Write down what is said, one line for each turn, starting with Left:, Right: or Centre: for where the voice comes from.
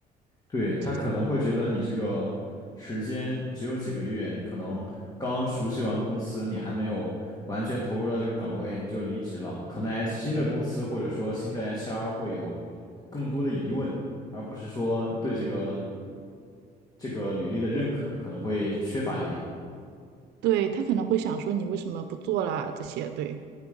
Left: 对，他可能会觉得你这个时间只有几个月，
Right: 是这样。
Left: 你可能刚熟悉完公司，你还没有完全投入到这个岗位，你就离职了。可能 H 新的公司或者说新的 HR 会有更多的疑问，而不是说对这个这个履历的认可可能会缺乏一点。
Right: 对，他可能会想说你为什么不做了这些，对。